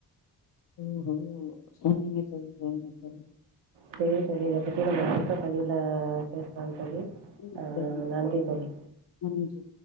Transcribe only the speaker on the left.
ஓஹோ சரிங்க தோழி சரிங்க தோழி
ம்
சரிங்க
நன்றி